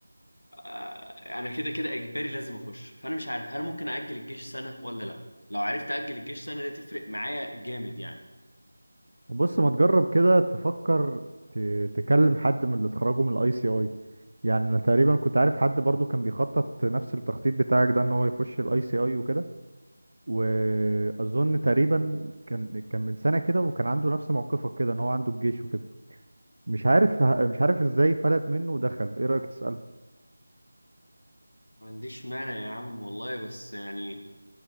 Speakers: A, on the left (about 70°); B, on the right (about 60°).
A: آه، انا كده كده اجباري لازم اخش فانا مش عارف هل ممكن اجل الجيش سنه ولا لا لو عرفت اجل الجيش سنه ده تفرق معايا جامد يعني
B: بص ما تجرب كده تفكر ت- تكلم حد من اللي اتخرجوا من الاي سي اي يعني انا تقريبا كنت عارف حد برضو كان بيخطط نفس التخطيط بتاعك ده ان هو يخش الاي سي اي وكده واظن تقريبا كان كان من سنه كده وكان عنده نفس موقفك كده ان هو عنده الجيش وكده مش عارف مش عارف ازاي فلت منه ودخل ايه رايك تساله
A: ما عنديش مانع يا عم والله بس يعني